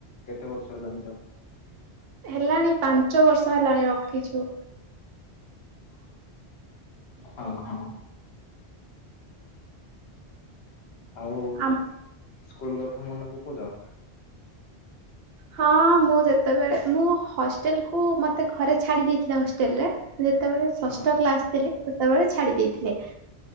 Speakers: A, on the left; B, on the right.
A: କେତେ ବର୍ଷ ହେଲାଣି ତାକୁ?
B: ହେଲାଣି ପାଞ୍ଚ ବର୍ଷ ହେଲାଣି ରଖିଛୁ।
A: ହଁ ହଁ। ଆଉ
B: ଆମ
A: ସ୍କୁଲ କଥା ମନେ ପକଉଚ?
B: ହଁ ମୁଁ ଯେତେବେଳେ ମୁଁ ହଷ୍ଟେଲ କୁ ମତେ ଘରେ ଛାଡି ଦେଇଥିଲା ହଷ୍ଟେଲରେ ଯେତେବେଳେ ଷଷ୍ଠ
A: ହଁ
B: କ୍ଲାସ ଥିଲି ସେତେବେଳେ ଛାଡି ଦେଇଥିଲେ।